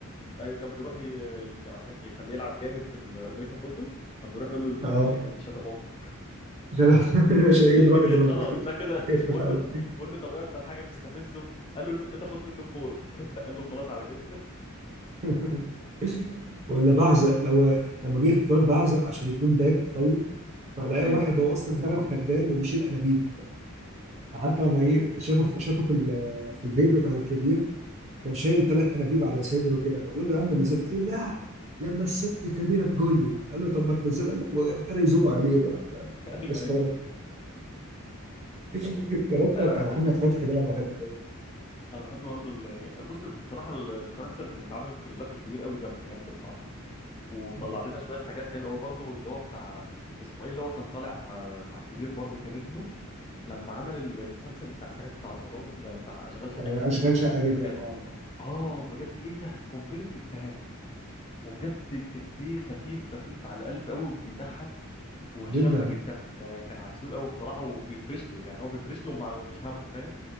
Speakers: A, on the left; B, on the right.
A: ايوه كان بيروح ي... ي- عشان يخليه يلعب جامد في الامريكان فوتبول كان بيروح يقول له الراجل
B: اه
A: اللي هناك ده شتم امك
B: <laughs> عشان
A: <laughs>
B: عشان ايه يروح يضربه
A: خلاص
B: <laughs>
A: ده كده
B: يقفل
A: بقول
B: عليه
A: له بقول له طب ايه اكتر حاجه تستفزه قال له ان انت تاخد منه الكوره <laughs> قال له خلاص على كده
B: <laughs> ولا بعزق لو لما جه اختار بعزق عشان يكون باك قوي فلاقي
A: ايوه
B: واحد هو
A: ايوه
B: اصلا اشتغل خدام وبيشيل انابيب فحتى لما ايه شافه في شافه في ال- في البيت بتاع الكبير كان شايل ثلاث انابيب على صدره كده فبيقول له يا عم نزل قال له لا لما الست كبيره تقول لي قال له طب ما تنزله قال لا، وابتدى يزوم عليه بقى فكان
A: <laughs> ايوه
B: تسخره
A: ايوه
B: <laughs> الكاركتر
A: انا
B: بتاع
A: بحب
B: محمد
A: الحاجات
B: فتحي ده انا بحبه قوي
A: انا بحب برضه ال- بص بصراحه ال- الكاركترز اللي اتعملت كلها في الكبير قوي جامده جامده بصراحه وطلع
B: اه
A: لنا شويه حاجات حلوه قوي برضه اللي هو بتاع اسمه ايه اللي هو كان طالع آه، مع الكبير برضه كان ابنه لما عمل ال- المسلسل بتاع السنه دي بتاع رمضان آه، بتاع اشغال شقه
B: آه،
A: جدا
B: اشغال شقه جدا
A: بجد
B: اه اه
A: اه بجد ايه ده قنبله افيهات وبجد الافيه خفيف خفيف على القلب قوي وبيضحك وهشام
B: جدا
A: ماجد كان آه، كان عسول قوي بصراحه وبيفرش له يعني هو بيفرش له ومع- ومش همه فاهم